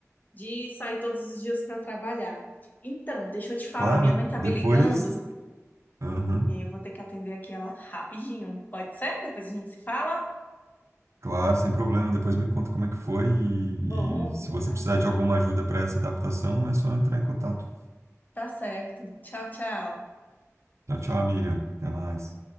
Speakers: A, on the left; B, on the right.
A: de sair todos os dias para trabalhar. Então, deixa eu te falar,
B: Claro,
A: minha mãe tá
B: depois.
A: me ligando
B: Aham.
A: e aí eu vou ter que atender aqui ela rapidinho. Pode ser? Depois a gente se fala?
B: Claro, sem problema. Depois me conta como é que foi. E,
A: Vou,
B: e se
A: vou cantar
B: você precisar
A: assim.
B: de alguma ajuda para essa adaptação, é só entrar em contato.
A: Tá certo. Tchau, tchau.
B: Tchau, tchau, amiga. Até mais.